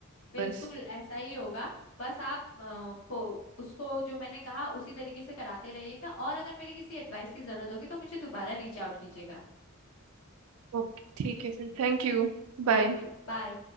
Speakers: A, on the left (about 90°); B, on the right (about 85°).
A: बिल्कुल
B: बस
A: ऐसा ही होगा बस आप अ, फो, उसको जो मैंने कहा उसी तरीके से कराते रहिएगा और अगर मेरी किसी एडवाइस की जरूरत होगी तो मुझे दोबारा रीच आउट कीजिएगा
B: ओके ठीक है फिर थैंक यू बाय
A: Okay bye